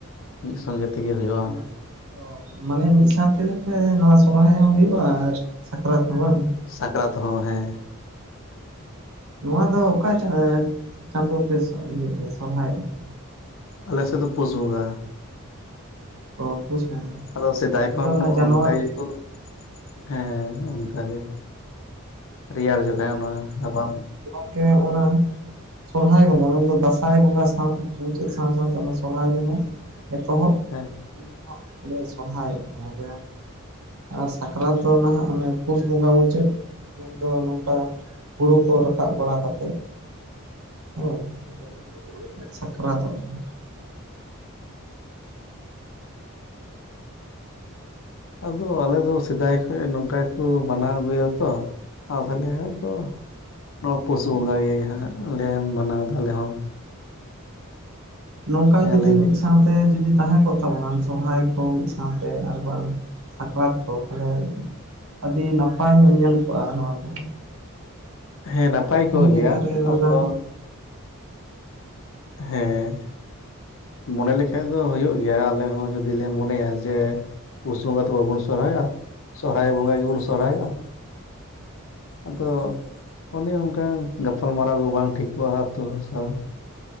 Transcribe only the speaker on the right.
ᱵᱟᱝ? ᱢᱟᱱᱮ ᱢᱤᱫ ᱥᱟᱶ ᱛᱮᱜᱮ ᱱᱚᱣᱟ ᱥᱚᱨᱦᱟᱭ ᱦᱚᱸ ᱦᱩᱭᱩᱜᱼᱟ ᱟᱨ ᱥᱟᱠᱨᱟᱛ ᱦᱚᱸ ᱵᱟᱝ
ᱱᱚᱣᱟ ᱫᱚ ᱚᱠᱟ ᱮ ᱪᱟᱸᱫᱳ ᱯᱮ ᱤᱭᱮ ᱜᱮᱭᱟ ᱥᱚᱨᱦᱟᱭᱚᱜ ᱜᱮᱭᱟ
ᱚ ᱯᱩᱥ ᱵᱚᱸᱜᱟ
ᱢᱮᱱᱫᱚ
ᱚᱱᱟ ᱡᱟᱱᱩᱣᱟᱨᱤ
ᱜᱚᱝᱠᱮ ᱚᱱᱟ ᱥᱚᱨᱦᱟᱭ ᱵᱚᱸᱜᱟ ᱢᱮᱱᱫᱚ ᱫᱟᱸᱥᱟᱭ ᱵᱚᱸᱜᱟ ᱥᱟᱶ ᱢᱩᱪᱟᱹᱫ ᱥᱟᱶ ᱥᱟᱶᱛᱮ ᱚᱱᱟ ᱥᱚᱨᱦᱟᱭ ᱵᱚᱸᱜᱟ ᱮᱛᱚᱦᱚᱵ
ᱦᱚᱜ ᱞᱮ ᱥᱚᱨᱦᱟᱭᱚᱜ ᱜᱮᱭᱟ ᱟᱫᱚ ᱟᱨ ᱥᱟᱠᱨᱟᱛ ᱫᱚ ᱱᱟᱦᱟᱜ ᱚᱱᱮ ᱯᱩᱥ ᱵᱚᱸᱜᱟ ᱢᱩᱪᱟᱹᱫ ᱢᱮᱱᱫᱚ ᱱᱚᱝ ᱦᱮᱸ ᱦᱩᱲᱩ ᱠᱚ ᱨᱟᱠᱟᱵ ᱵᱟᱲᱟ ᱠᱟᱛᱮᱜ ᱦᱮᱸ ᱟᱫᱚ ᱥᱟᱠᱨᱟᱛᱚᱝ ᱜᱮᱭᱟ
ᱱᱚᱝᱠᱟ
ᱡᱩᱫᱤ
ᱢᱤᱫ ᱥᱟᱶᱛᱮ ᱡᱩᱫᱤ ᱛᱟᱦᱮᱸ ᱠᱚᱜ ᱛᱟᱵᱚᱱᱟ ᱥᱚᱨᱦᱟᱭ ᱠᱚ ᱢᱤᱫ ᱥᱟᱶᱛᱮ ᱟᱨ ᱵᱟᱝ ᱥᱟᱠᱨᱟᱛ ᱠᱚ ᱛᱟᱦᱞᱮ ᱟᱹᱰᱤ ᱱᱟᱯᱟᱭ ᱧᱚᱜ ᱧᱮᱞ ᱠᱚᱜᱼᱟ ᱱᱚᱣᱟ ᱫᱚ
ᱟᱫᱚ
ᱩᱛᱛᱚᱢ
ᱡᱟᱭᱜᱟ
ᱨᱮᱜᱮ ᱱᱚᱣᱟ
ᱫᱚ
ᱦᱳᱭ